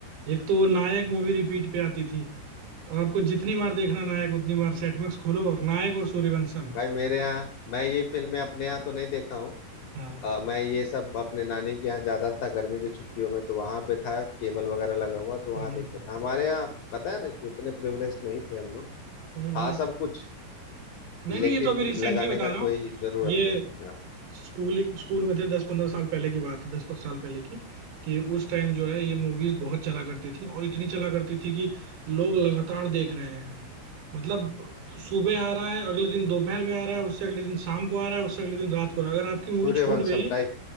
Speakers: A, on the right (about 85°); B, on the left (about 55°).
A: एक तो नायक मूवी रिपीट पे आती थी और आपको जितनी बार देखना नायक उतनी बार सेटमैक्स खोलो और नायक और सूर्यवंशम
B: भाई मेरे यहाँ मैं ये फिल्में अपने यहाँ तो नहीं देखा हूँ
A: हाँ
B: अ, मैं ये सब अपने नानी के यहाँ ज्यादा था गर्मी की छुट्टियों में तो वहां पे था केबल वगैरह लगा हुआ तो
A: हम्म
B: वहां देखता
A: हम्म
B: था हमारे यहाँ पता है ना कि उतने प्रिविलेज नहीं थे हम लोग
A: हम्म, हम्म।
B: था सब कुछ
A: नहीं नहीं
B: लेकिन
A: ये तो अभी रिसेंटली
B: लगाने
A: बता
B: का
A: रहा
B: कोई
A: हूँ
B: जरूरत
A: ये
B: नहीं हाँ
A: स्कूलिंग स्कूल में थे दस पंद्रह साल पहले की बात है दस साल पहले की कि उस टाइम जो है ये मूवीज बहुत चला करती थी और इतनी चला करती थी कि लोग लगातार देख रहे हैं मतलब सुबह आ रहा है अगले दिन दोपहर में आ रहा है उससे अगले दिन शाम को आ रहा है उससे अगले दिन रात को आ रहा है अगर आपकी मूवी
B: सूर्यवंशम
A: छूट गई
B: टाइप